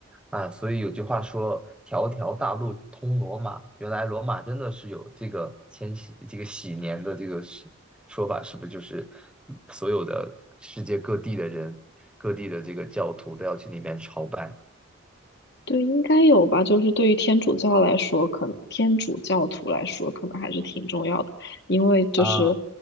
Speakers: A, in the centre; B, on the left (about 55°).
A: 啊。所以有句话说“条条大路通罗马”，原来罗马真的是有这个千禧这个禧年的这个是说法，是不是就是所有的世界各地的人、各地的这个教徒都要去那边朝拜
B: 对，应该有吧。就是对于天主教来说，可能天主教徒来说，可能还是挺重要的，因为就是
A: 啊？